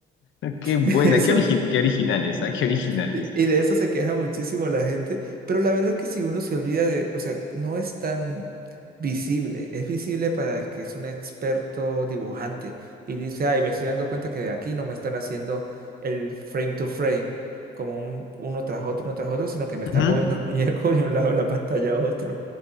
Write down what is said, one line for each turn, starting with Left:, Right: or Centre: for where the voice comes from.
Left: Qué buena,
Right: <laughs> Y eso,
Left: qué, origi- qué originales, ¿ah? Qué originales.
Right: y y de eso se queja muchísimo la gente. Pero la verdad es que si uno se olvida de, o sea, no es tan visible. Es visible para el que es un experto dibujante y dice, ay, me estoy dando cuenta que aquí no me están haciendo el frame to frame, como un- uno tras otro, uno tras otro, sino que me están
Left: Ujú.
Right: moviendo <laughs> un muñeco de un lado de la pantalla a otro.